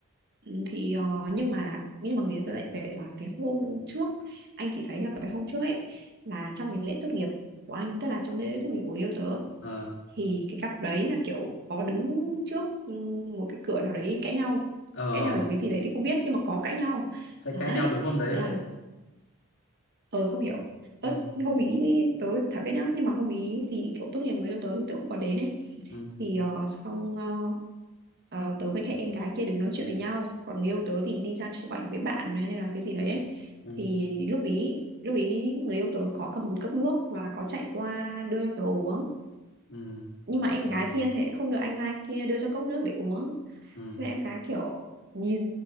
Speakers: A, on the right; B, on the left.
A: Ừ, thì ờ, nhưng mà nhưng mà người ta lại kể là cái hôm trước anh chỉ thấy là cái hôm trước ấy là trong cái lễ tốt nghiệp của anh tức là trong lễ tốt nghiệp của người yêu tớ
B: ờ
A: thì cái cặp đấy là kiểu có đứng trước ừ, một cái cửa nào đấy cãi nhau
B: ờ
A: cãi nhau về một cái gì đấy thì không biết nhưng mà có cãi nhau
B: sẽ cãi
A: đấy
B: nhau đúng hôm đấy
A: thế là
B: vậy
A: ờ không hiểu ớt
B: ừ
A: hôm ý tớ chả biết nhá nhưng mà hôm ý thì kiểu tốt nghiệp người yêu tớ thì tớ cũng có đến ấy
B: ừ
A: thì ờ, xong ờ, ờ, tớ với cái em gái kia đứng nói chuyện với nhau còn người yêu tớ thì đi ra chụp ảnh với bạn hay là cái gì đấy ấy
B: ừ
A: thì lúc ý lúc ý người yêu tớ có cầm một cốc nước và có chạy qua đưa cho tớ uống
B: ừ
A: nhưng mà em
B: rồi
A: gái kia thì lại không được anh trai kia đưa cho cốc nước để uống
B: ừ
A: thế là em gái kiểu nhìn